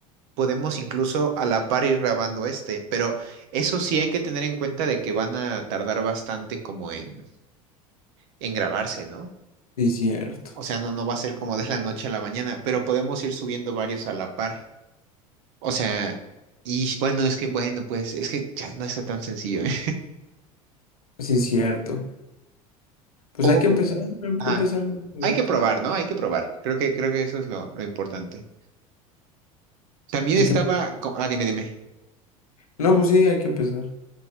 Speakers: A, on the right; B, on the left.
A: podemos incluso a la par ir grabando este, pero eso sí hay que tener en cuenta de que van a tardar bastante como en, en grabarse, ¿no?
B: Sí, cierto.
A: O sea, no, no va a ser como de la noche a la mañana, pero podemos ir subiendo varios a la par. O sea, y bueno, es que bueno, pues es que ya no está tan sencillo, ¿eh?
B: Sí, es cierto. Pues
A: O,
B: hay que empezar, hay
A: ajá,
B: que empezar desde
A: hay
B: ahorita.
A: que probar, ¿no? Hay que probar. Creo que, creo que eso es lo, lo importante. También
B: Hay
A: estaba,
B: que empe-
A: co- ah, dime, dime.
B: No, pues sí, hay que empezar.